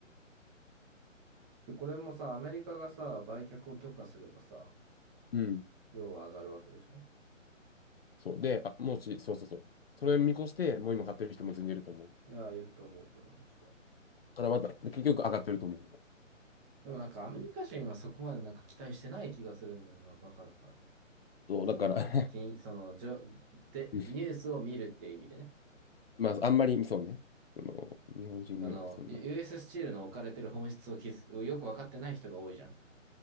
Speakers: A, on the right; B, on the left.
A: で、これもさ、アメリカがさ、売却を許可すればさ、
B: うん。
A: 要は上がるわけでしょ
B: そう。で、あ、もし、そうそうそう。それ見越して、もう今買ってる人も全然いると思う。だ
A: いや、いると思うけど、もちろん。
B: からまた、で結局上がってると思う。
A: でもなんかアメリカ人はそこまでなんか期待してない気がするんだよな、バカだから。
B: そう、
A: その、
B: だから
A: 金、その、じょ、で、
B: <laughs> うん
A: ニュースを見るっていう意味でね。
B: まあ、あんまり、そうね。その、日本人ぐらいはそんな。
A: あの、US ススチールの置かれてる本質をきずをよくわかってない人が多いじゃん。